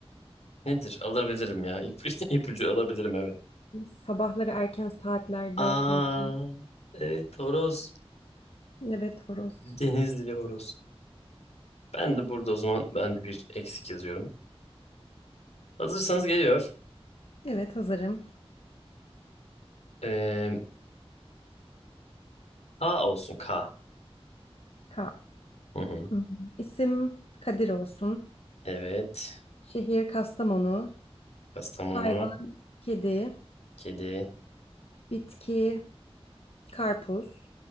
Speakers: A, on the left; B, on the left.
A: Nedir? Alabilirim ya. İp, <laughs> ipucu alabilirim evet.
B: Sabahları erken saatlerde
A: Aa,
B: kalkın.
A: evet horoz.
B: Evet horoz.
A: Denizlili horoz. Ben de burada o zaman ben de bir eksik yazıyorum. Hazırsanız geliyor.
B: Evet hazırım.
A: Ee, K olsun K.
B: Ka.
A: Hı hı.
B: Hmm. İsim Kadir olsun.
A: Evet.
B: Şehir Kastamonu.
A: Kastamonu.
B: Hayvan kedi.
A: Kedi.
B: Bitki karpuz.